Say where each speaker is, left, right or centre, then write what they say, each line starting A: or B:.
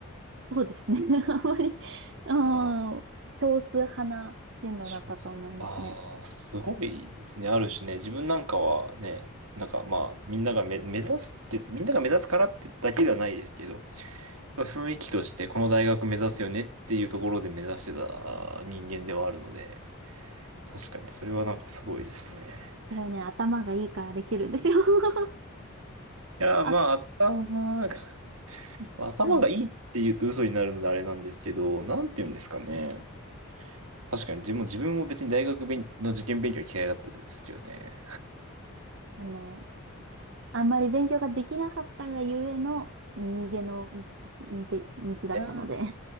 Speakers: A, on the right (about 55°); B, on the right (about 75°).
A: そうですね。<laughs> あんまり、うん、
B: ああ、
A: 少数派な進路だったと思いますね。
B: しょああ、すごいですね。あるしね、自分なんかはね、なんかまあ、みんながめ、目指すって、みんなが目指すからってだけではないですけど、まあ雰囲気としてこの大学目指すよねっていうところで目指してた人間ではあるので、確かにそれはなんかすごいですね。
A: それはね、頭がいいからできるんですよ。<laughs>
B: や、
A: あ、
B: まあ、頭が、<laughs> 頭がいいって言うと嘘になるのであれなんですけど、
A: あの、
B: なんて言うんですかね。確かに自分、自分も別に大学勉の受験勉強は嫌いだったですけどね。
A: あの、あんまり勉強ができなかったがゆえの逃げのみみて道だったので
B: いやー、